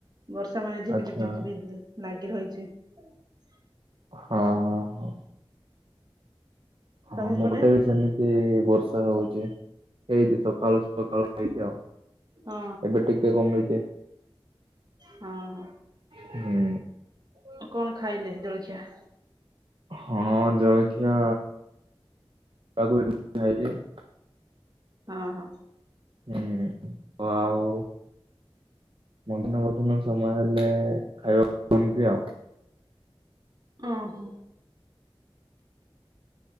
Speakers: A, on the right (about 45°); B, on the right (about 60°).
A: ବର୍ଷା ମାନେ ଝିପି
B: ଆଚ୍ଛା
A: ଝିପି ଝିପି ଝିପି ଲାଗି ରହିଛି। ଛି।
B: ହଁ ହଁ ହଁ। ହଁ
A: ତମ
B: ଆମପଟେ
A: ପଟେ?
B: ବି ସେମିତି ବର୍ଷା ହଉଛି ହେଇଛି ସକାଳୁ ସକାଳୁ ହେଇଛିି ଆଉ।
A: ହଁ
B: ଏବେ ଟିକେ କମିଚି।
A: ହଁ ହଁ
B: ହୁଁ
A: ଆଉ କଣ ଖାଇଲେ ଜଳ ଚାହା‌।
B: ହଁ ଜଳଖିଆ ତାକୁ। <unintelligible>
A: ହଁ ହଁ।
B: ହୁଁ ତ ଆଉ ମଧ୍ୟାହ୍ନ ଭୋଜନ ସମୟ ହେଲେ ଖାଇବାକୁ ଆଉ।
A: ଓ ହୋ।